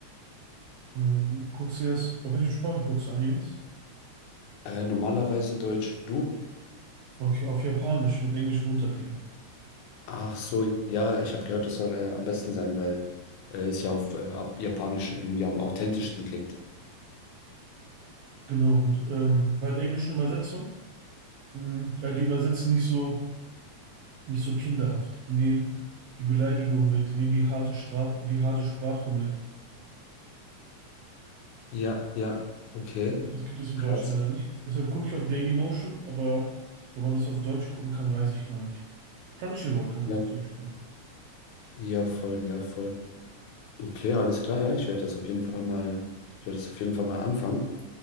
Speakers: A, on the right (about 75°); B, on the left (about 85°).
A: Hm, Guckst du jetzt, auf welche Sprache guckst du Animes?
B: Äh, normalerweise Deutsch. Du?
A: Okay, auf Japanisch mit englischem Untertitel.
B: Ach so, ja, ich habe gehört, das soll äh, am besten sein, weil äh, es ja auf äh, ab Japanisch irgendwie am authentischsten klingt.
A: Genau, und ähm, bei der englischen Übersetzung, mh, äh, die übersetzen nicht so, nicht so kinderhaft. Die nehmen die Beleidigung mit, die nehmen die harte Straf die harte Sprache mit.
B: Ja, ja, okay.
A: Das gibt es im
B: Krass.
A: Deutschen leider nicht. Deshalb gucke ich auf Dailymotion, aber wo man das auf Deutsch gucken kann, weiß ich gar nicht. Crunchyroll kann man
B: Ja,
A: es auf Deutsch gucken.
B: ja, voll, ja, voll. Okay, alles klar, ja, ich werde das auf jeden Fall mal, ich werde das auf jeden Fall mal anfangen.